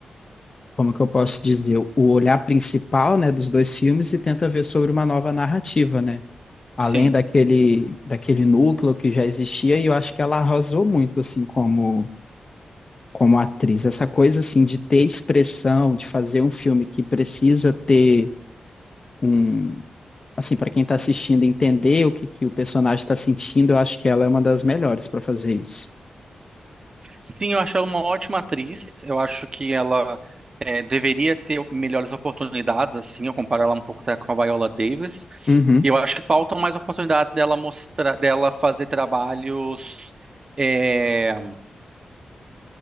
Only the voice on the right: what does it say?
Sim.
Sim, eu acho ela uma ótima atriz. Eu acho que ela é, deveria ter melhores oportunidades, assim, eu comparo ela um pouco até com a Viola Davis.
E eu acho que faltam mais oportunidades dela mostrar, dela fazer trabalhos é,